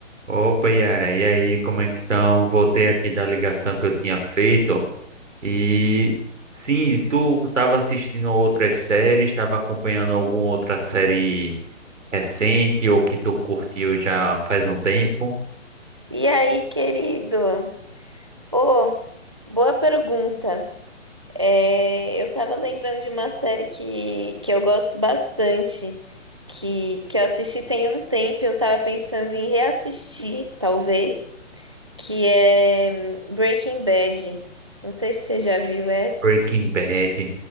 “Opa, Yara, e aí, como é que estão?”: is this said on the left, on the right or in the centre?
Right